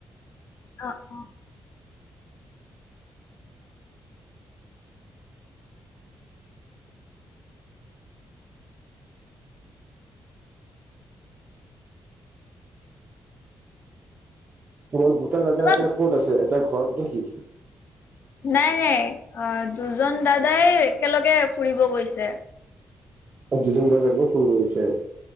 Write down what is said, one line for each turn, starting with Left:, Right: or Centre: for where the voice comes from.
Left: অঁ অ।
Right: ওৱল দুটা দাদা
Left: তোমাৰ
Right: এতিয়া ক'ত আছে এটা ঘৰত নেকি।
Left: নাই নাই অঁ দুজন দাদাই একেলগে ফুৰিব গৈছে।
Right: অ দুজন দাদাই ক'ত ফুৰিব গৈছে?